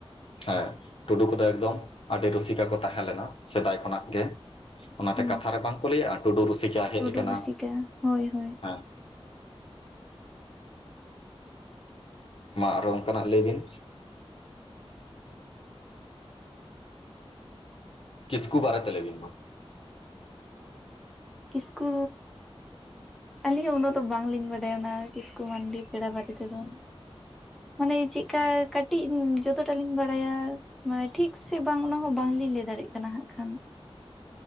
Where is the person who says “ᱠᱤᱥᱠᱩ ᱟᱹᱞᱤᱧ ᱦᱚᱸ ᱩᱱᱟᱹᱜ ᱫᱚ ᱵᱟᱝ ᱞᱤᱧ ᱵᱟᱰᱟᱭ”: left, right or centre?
Centre